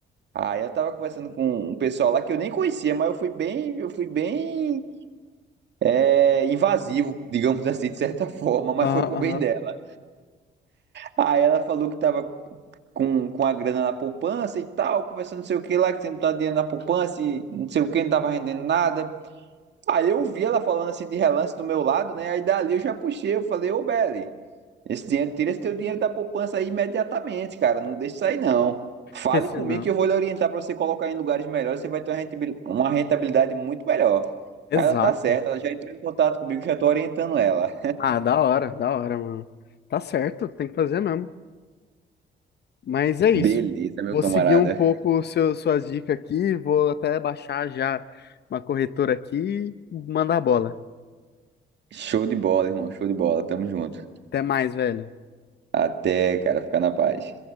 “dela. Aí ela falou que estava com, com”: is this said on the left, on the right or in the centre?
Right